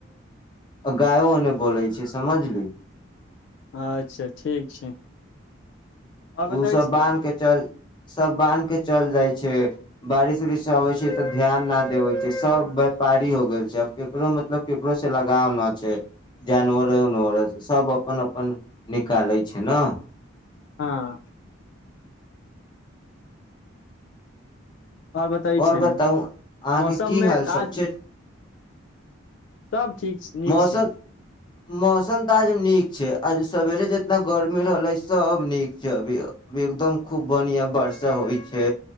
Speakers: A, on the left (about 20°); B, on the left (about 60°).
A: गायोने बोलै छै समझली।
B: अच्छा ठीक छै। आओर बतै
A: ओसभ
B: छै
A: बान्हके चल। सभ बान्हि कऽ चलि जाइ छै बारिश -उरिशसँ अबै छै तऽ ध्यान नहि देबै छै सभ व्यापारी हो गेल छै आब ककरो मतलब ककरोसँ लगाव नहि छै जानवरे उनवरसँ सभ अपन अपन निकालै छै न।
B: हँऽ। हँ बतै
A: आओर
B: छै
A: बताउ
B: ने
A: अहाँके
B: मौसममे
A: की हाल सब
B: आज।
A: छै
B: सब ठीक नीक
A: मौसम
B: छै।
A: मौसम तऽ आज नीक छै आज सवेरे जितना गर्मी रहलै सभ नीक छै अभी अभी एकदम खूब बढ़िआँ वर्षा होइ छै